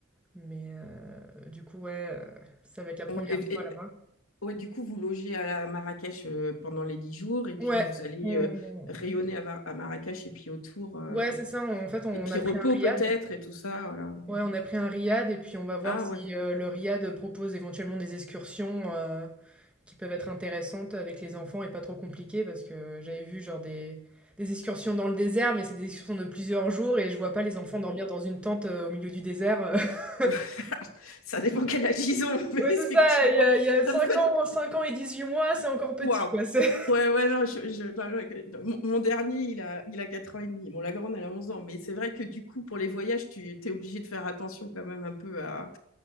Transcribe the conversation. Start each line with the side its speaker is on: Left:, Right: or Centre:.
Centre: Mais heu, du coup, ouais, heu, ça va être la première
Left: Ouais, et-
Centre: fois
Left: et-
Centre: là-bas.
Left: ouais, du coup, vous logez à la à Marrakech euh, pendant les 10 jours, et puis
Centre: Ouais,
Left: vous allez
Centre: on-
Left: euh, rayonner à, Va- à Marrakech, et puis autour, euh,
Centre: ouais, c'est ça. on- En fait, on
Left: et puis
Centre: a
Left: repos
Centre: pris un riad.
Left: peut-être, et tout ça, voilà.
Centre: Ouais, on a pris un riad et puis on va voir
Left: Ah
Centre: si
Left: ouais,
Centre: euh, le riad propose éventuellement des excursions euh, qui peuvent être intéressantes avec les enfants et pas trop compliquées parce que j'avais vu genre des, des excursions dans le désert, mais c'est des excursions de plusieurs jours et je vois pas les enfants dormir dans une tente euh, au milieu du désert. <laughs>
Left: <laughs> Ça dépend quel âge ils ont, <laughs> mais
Centre: Ouais,
Left: effectivement,
Centre: c'est ça. Il y a, il y a 5
Left: ça peut être
Centre: ans, 5 ans et 18 mois, c'est encore petit,
Left: waouh.
Centre: quoi. c'est-
Left: Ouais, ouais, non, je, je- non, non, mon, mon dernier, il a, il a 4 ans et demi. Bon, la grande, elle a 11 ans, mais c'est vrai que du coup, pour les voyages, tu es obligé de faire attention quand même un peu à,